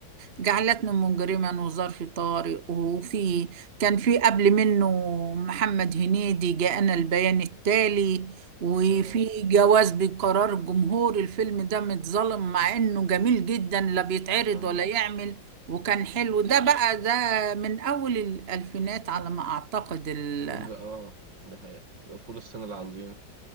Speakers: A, on the right (about 40°); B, on the right (about 65°).
A: جعلتني مجرما وظرف طارق وفي كان في قبل منه محمد هنيدي جاءنا البيان التالي وفي
B: اه
A: جواز بقرار جمهور الفيلم ده متظلم مع انه جميل جدا لا بيتعرض
B: اه
A: ولا يعمل وكان حلو ده بقى ده من أول الألفينات على ما أعتقد ال
B: فول اه ده حقيقة فول الصين العظيم